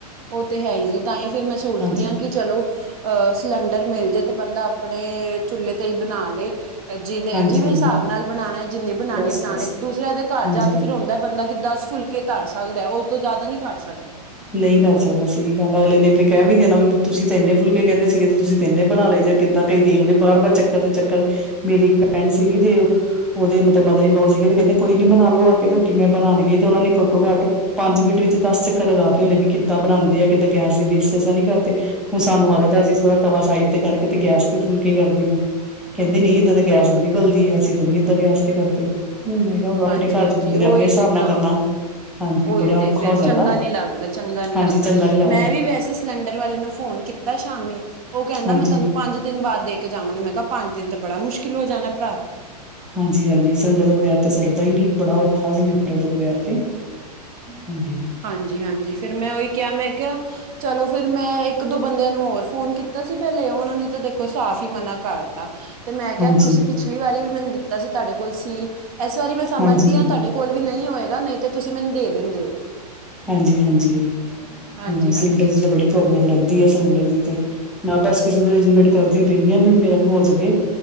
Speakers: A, on the right; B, in the centre.
A: ਉਹ ਤੇ ਹੈ ਹੀ ਜੇ, ਤਾਂ ਈ ਫਿਰ ਮੈਂ ਸੋਚਦੀ
B: ਹਾਂਜੀ,
A: ਆ ਕਿ ਚਲੋ ਅਹ ਸਲੰਡਰ ਮਿਲ ਜੇ, ਤੇ ਬੰਦਾ ਆਪਣੇ ਚੁੱਲੇ ਤੇ ਹੀ ਬਣਾ ਲਏ। ਜਿਨੇ
B: ਹਾਂਜੀ-ਹਾਂਜੀ,
A: ਜਿਵੇਂ ਹਿਸਾਬ ਨਾਲ ਬਣਾਉਣਾ ਏ, ਜਿੰਨੀ ਬਣਾਣੀ
B: ਬਸ-ਬਸ,
A: ਏ, ਬਣਾ ਲੈ, ਦੂਸਰਿਆ ਦੇ ਘਰ
B: ਹਾਂਜੀ।
A: ਜਾ ਕੇ ਫਿਰ ਦਾ ਬੰਦਾ ਕਿ ਦਸ ਫੁਲਕੇ ਈ ਧਰ ਸਕਦਾ ਏ, ਉਹ ਤੋਂ ਜ਼ਿਆਦਾ ਨਹੀਂ ਕਰ ਸਕਦਾ
B: ਨਈ ਕਰ ਸਕਦਾ ਸਹੀ ਗੱਲ ਐ, ਅਗਲੇ ਨੇ ਫੇਰ ਕਹਿ ਵੀ ਦੇਣਾ ਵੀ, ਤੁਸੀਂ ਤੇ ਇੰਨੇ ਫੁਲਕੇ ਕਹਿੰਦੇ ਸੀਗੇ, ਤੇ ਤੁਸੀਂ ਤ ਇਨੇ ਬਣਾ ਲਏ ਜੇ, ਕਿੱਦਾਂ ਕਈ ਦੇਖਦੇ, ਬਾਰ-ਬਾਰ ਚੱਕਰ ਤੇ ਚੱਕਰ, ਮੇਰੀ ਇੱਕ ਫਰੈਂਡ ਸੀਗੀ, ਤੇ ਉਹ ਉਹਦੇ ਮਤਲਬ ਮਦਰ ਇਨ ਲੋ ਸੀਗੇ, ਤੇ ਕਹਿੰਦੇ ਕੋਈ ਨੀ ਬਣਾ ਲੋ, ਆ ਤੇ ਰੋਟੀ ਮੈਂ ਬਣਾਉਣ ਗਈ, ਤੇ ਉਹਨਾ ਨੇ ਘੱਟੋ ਘੱਟ ਪੰਜ ਮਿੰਟ ਵਿੱਚ ਦਸ ਚੱਕਰ ਲਗਾ ਤੇ ਉਹਨੇ ਵੀ, ਕਿੱਦਾਂ ਬਣਾਉਂਦੇ ਆ, ਕਿਤੇ ਗੈਸ ਦੀ ਬੇਸਸ ਤਾਂ ਨਹੀਂ ਕਰਦੇ। ਹੁਣ ਸਾਨੂੰ ਆਦਤ ਏ, ਅਸੀਂ ਥੋੜ੍ਹਾ ਤਵਾ ਸਾਈਡ ਤੇ ਕਰਕੇ ਤੇ ਗੈਸ ਦੇ ਫੁਲਕੇ ਕਰਦੇ ਹਾਂ। ਕਹਿੰਦੇ ਨਈ, ਏਦਾਂ ਦੇ ਗੈਸ ਬੜੀ ਬਲਦੀ ਹੈ, ਅਸੀਂ ਤੇ ਨੀ ਏਦਾਂ ਗੈਸ ਤੇ ਕਰਦੇ, ਮੈਂ ਕਿਹਾ ਆਪਣੇ
A: ਹਾਂਜੀ-ਹਾਂਜੀ
B: ਘਰ ਚ ਬੰਦੇ
A: ਓਹੀ
B: ਨੇ ਆਪਣੇ ਹਿਸਾਬ
A: ਤੇ ਨਾ
B: ਨਾਲ ਕਰਨਾ ਹਾਂਜੀ
A: ਉਹੀ
B: ਬੜਾ
A: ਤੇ
B: ਔਖਾ
A: ਫੇਰ,
B: ਹੋ ਜਾਂਦਾ
A: ਚੰਗਾ ਨਈ ਲੱਗਦਾ, ਚੰਗਾ ਨਈ ਲੱਗਦਾ।
B: ਹਾਂਜੀ ਚੰਗਾ ਨੀ ਲੱਗਦਾ
A: ਮੈਂ ਵੀ ਵੈਸੇ ਸਿਲੰਡਰ ਵਾਲੇ ਨੂੰ ਫੋਨ ਕੀਤਾ ਸ਼ਾਮੀ, ਉਹ ਕਹਿੰਦਾ
B: ਹਾਂਜੀ।
A: ਮੈਂ ਤੁਆਨੂੰ ਪੰਜ ਦਿਨ ਬਾਅਦ ਦੇ ਦੇ ਕੇ ਜਾਵਾਂਗੇ, ਮੈਂ ਕਿਹਾ ਪੰਜ ਦਿਨ ਤੇ ਬੜਾ ਮੁਸ਼ਕਿਲ ਹੋ ਜਾਣਾ ਭਰਾ।
B: ਹਾਂਜੀ- ਹਾਂਜੀ ਸਿਲੰਡਰ ਦੇ ਬਗੈਰ ਤੇ ਸਰਦਾ ਹੀ ਨਹੀਂ, ਬੜਾ ਔਖਾ ਹੁੰਦਾ ਸਿਲੰਡਰ ਬਗੈਰ ਤੇ। ਹਾਂਜੀ।
A: ਹਾਂਜੀ- ਹਾਂਜੀ, ਫਿਰ ਮੈਂ ਉਹੀ ਕਿਹਾ, ਮੈਂ ਕਿਹਾ ਚਲੋ ਫਿਰ ਮੈਂ ਇੱਕ ਦੋ ਬੰਦਿਆਂ ਨੂੰ ਹੋਰ ਫੋਨ ਕੀਤਾ ਸੀ ਪਹਿਲੇ, ਉਹਨਾਂ ਨੇ ਤਾਂ ਦੇਖੋ ਸਾਫ਼ ਹੀ ਮਨਾ ਕਰ ਤਾ ਤੇ ਮੈਂ ਕਿਹਾ
B: ਹਾਂਜੀ
A: ਤੁਸੀਂ ਪਿਛਲੀ ਵਾਰੀ ਵੀ ਮੈਨੂੰ ਦਿੱਤਾ ਸੀ, ਤੁਹਾਡੇ ਕੋਲ ਸੀ। ਇਸ ਵਾਰੀ ਮੈਂ ਸਮਝਦੀ
B: ਹਾਂਜੀ
A: ਆਂ, ਤੁਹਾਡੇ ਕੋਲ ਵੀ ਨਹੀਂ ਹੋਏਗਾ, ਨਹੀਂ ਤਾਂ ਤੁਸੀਂ ਮੈਨੂੰ ਦੇ ਦਿੰਦੇ ਹੋ।
B: ਹਾਂਜੀ- ਹਾਂਜੀ, ਹਾਂ
A: ਹਾਂਜੀ ਹਾਂਜੀ
B: ਸਿਲੰਡਰ ਦੀ ਤਾਂ ਬੜੀ ਪ੍ਰੋਬਲਮ ਰਹਿੰਦੀ ਆ ਸਿਲੰਡਰ ਦੀ ਤੇ, ਮੈਂ ਬਸ ਕਿਸੇ ਤੋਂ ਅਰੇਂਜਮੈਂਟ ਕਰਦੀ ਪਈ ਆ, ਵੀ ਮੇਰਾ ਹੋ ਜਾਵੇ।